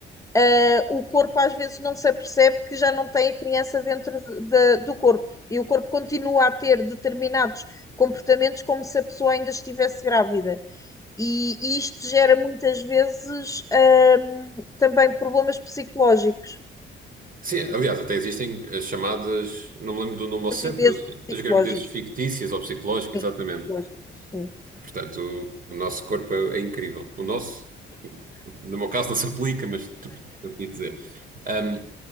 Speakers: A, on the left (about 15°); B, on the right (about 45°).
A: ah, o corpo às vezes não se apercebe que já não tem a criança dentro de- de- do corpo. E o corpo continua a ter determinados comportamentos como se a pessoa ainda estivesse grávida. E, e isto gera muitas vezes, ah, também problemas psicológicos.
B: Sim, aliás, até existem as chamadas, não me lembro do nome ao certo,
A: gravidezes
B: mas
A: psicológicas.
B: as gravidezes fictícias ou psicológicas, exatamente.
A: psicológicas, sim.
B: Portanto, o, o nosso corpo é, é incrível. O nosso, no meu caso, não se aplica, mas tu percebes o que eu quis dizer. Ahm,